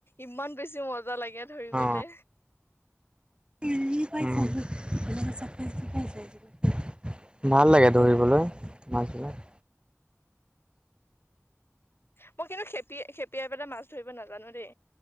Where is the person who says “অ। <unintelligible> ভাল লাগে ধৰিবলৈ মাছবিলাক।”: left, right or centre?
Right